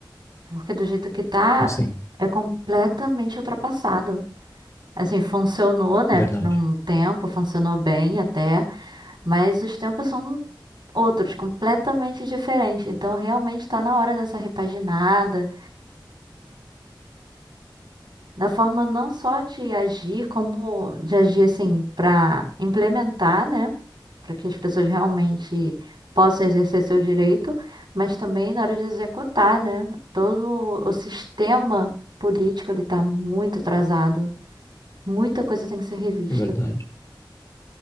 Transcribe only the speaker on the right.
Porque do jeito que tá,
é completamente ultrapassado. Assim, funcionou, né,
por um tempo, funcionou bem até, mas os tempos são outros, completamente diferentes. Então, realmente está na hora dessa repaginada, na forma não só de agir, como de agir assim para implementar, né? Para que as pessoas realmente possam exercer seu direito, mas também na hora de executar, né? Todo o sistema político ele está muito atrasado, muita coisa tem que ser revista.